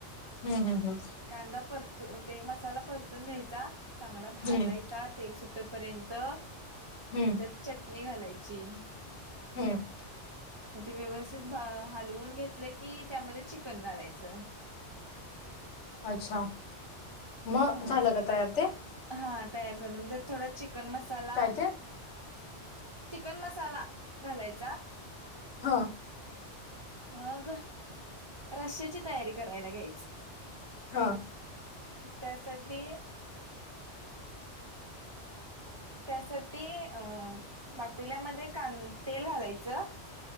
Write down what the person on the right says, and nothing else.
कांदा परतू ते मसाला परतून घ्यायचा, चांगला भाजाय
चा तेल सुट पर्यंत म्हणजे
त्यात चटणी घालायची.
म ते व्यवस्थित भा हलवून घेतलं की, त्यामध्ये चिकन घालायचं.
हा.
हा तयार झालं मग त्यात थोडा चिकन मसाला
चिकन मसाला घालायचा.
मग रश्याची तयारी करायला घायच.
त्यासाठी त्यासाठी अ पातील्यामध्ये कां तेल घालायचं